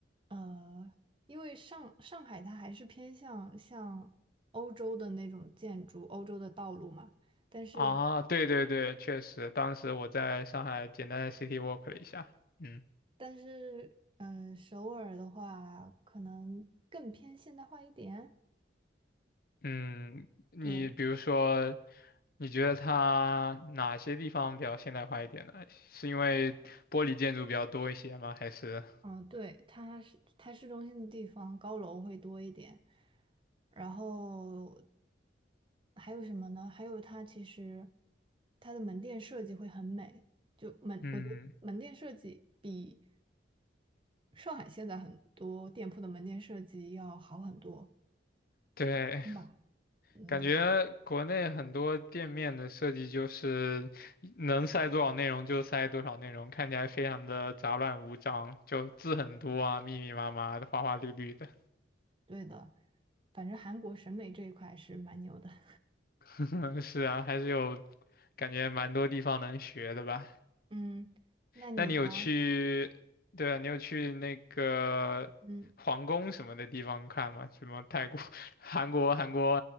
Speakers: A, on the right (about 25°); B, on the left (about 50°).
A: 呃，因为上上海它还是偏向像欧洲的那种建筑，欧洲的道路嘛，但是
B: 啊，对对对，确实，当时我在上海简单的 city walk 了一下，嗯
A: 但是，嗯、首尔的话可能更偏现代化一点，
B: 嗯，你比如说，
A: 对，
B: 你觉得它哪些地方比较现代化一点呢？是因为玻璃建筑比较多一些吗？还是
A: 嗯，对，它是它市中心的地方，高楼会多一点。然后还有什么呢？还有它其实它的门店设计会很美，就门，
B: 嗯，
A: 我觉得门店设计比上海现在很多店铺的门店设计要好很多
B: 对，
A: 吧。嗯，
B: 感觉国内很多店面的设计就是能塞多少内容就塞多少内容，看起来非常的杂乱无章，就字很多啊，密密麻麻的，花花绿绿的。
A: 对的，反正韩国审美这一块是蛮牛的。<laughs>
B: 嗯，是啊，还是有感觉蛮多地方能学的吧？
A: 嗯，那你呢？
B: 那你有去，对啊，你有去那个皇宫什么的地方看吗？
A: 嗯。
B: 什么泰国、<laughs> 韩国、韩国